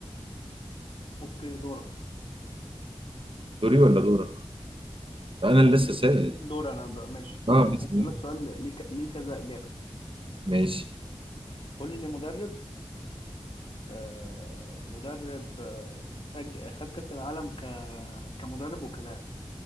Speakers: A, on the left (about 60°); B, on the right (about 60°).
A: اوكي دورك
B: دوري ولا دورك انا اللي لسه سائل
A: دور انا ده ماشي دوري
B: اه
A: هسألك
B: اسال
A: سؤال ليه ك- ليه كذا إجابة
B: ماشي
A: قول لي مدرب آه مدرب آه سج... خد كأس العالم ك... كمدرب وكلاعب